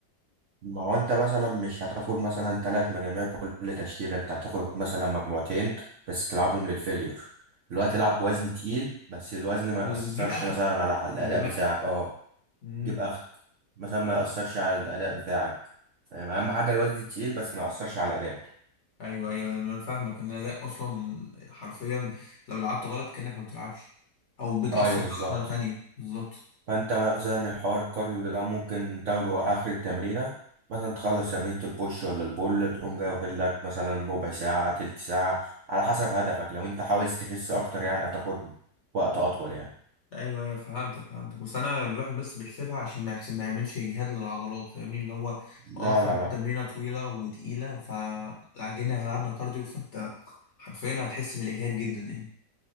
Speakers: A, on the right; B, on the left.
A: ما هو انت مثلا مش هتاخد مثلا ثلاث مجاميع كل تشكيلة انت هتاخد مثلا مجموعتين بس تلعبهم للفيلير اللي هو تلعب بوزن تقيل بس الوزن ما
B: وبتجيب
A: يأثرش
B: اخرك
A: مثلا على الأداء
B: بتجيب
A: بتاعك
B: اخرك
A: اه
B: مم.
A: جيب آخرك مثلا ما يأثرش على الأداء بتاعك فاهم أهم حاجة الوزن التقيل بس ما يأثرش على الأداء
B: ايوه ايوه انا فاهمك ان ده اصلا حرفيا لو لعبت غلط كانك ما بتلعبش او بتاثر
A: ايوه بالظبط
B: على عضله تانية بالظبط
A: فانت مثلا الحوار الكارديو ده ممكن تاخده اخر التمرينه مثلا تخلص تمرينة البوش ولا البول تقوم جاي واخد لك مثلا ربع ساعه تلت ساعه على حسب هدفك لو انت عاوز تخس اكتر يعني هتاخد وقت اطول يعني
B: ايوه ايوه فهمتك فهمتك بس انا الواحد بس بيحسبها عشان ما يحسب ما يعملش اجهاد للعضلات فاهمني اللي هو
A: لا
B: اه خدنا
A: لا لا
B: تمرينه طويله وتقيله فعجينا لعبنا كارديو فانت حرفيا هتحس بالاجهاد جدا يعني